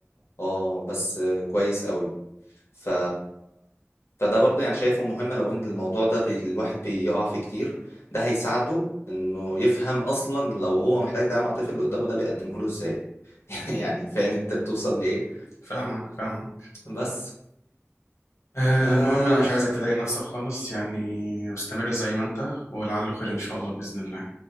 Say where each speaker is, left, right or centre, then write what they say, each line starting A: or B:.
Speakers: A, on the left; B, on the left.
A: اه بس آه، كويس قوي ف فده برضو يعني شايفه مهم لو ان الموضوع ده بي... الواحد بيقع فيه كتير ده هيساعده انه يفهم اصلا لو هو محتاج دعم عاطفي اللي قدامه ده بيقدمه له ازاي <laughs> يعني فاهم انت بتوصل لايه
B: فاهمك فاهمك
A: بس
B: آه،
A: آه
B: المهم انا مش عايزك تضايق نفسك خالص يعني استمر زي ما انت ولعله خير ان شاء الله باذن الله